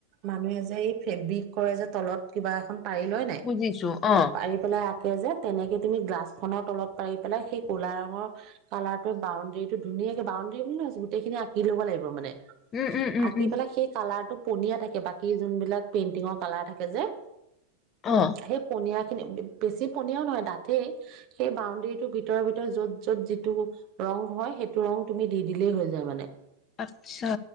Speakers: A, on the right; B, on the left.
A: মানুহে যে এই ফেব্ৰিক কৰে যে তলত কিবা এখন পাৰিলয় নাই।
B: বুজিছো অ',
A: পাৰি পেলাই আঁকে যে তেনেক তুমি গলাখনৰ তলত পাৰি পেলাই সেই ক'লা ৰঙৰ কালাৰটোৰ বাউণ্ডৰীটো ধুনীয়াকে বাউণ্ডেৰী বুলি নহয় গোটেইখিনি আকি লব লাগিব মানে
B: উম, উম, উম,
A: আঁকি
B: উম।
A: পেলাই সেই কালাৰটো পনীয়া থাকে বাকী যোনবিলাক পেইন্টিঙৰ কালাৰ থাকে যে
B: অ
A: সেই পনীয়া খিনি বেছি পনীয়াও নহয় দাথেই সেই বাউণ্ডেৰীটোৰ ভিতৰ ভিতৰত য'ত য'ত যিটো ৰং হয় সেইটো ৰং তুমি দি দিলেই হৈ যায় মানে।
B: আচ্ছা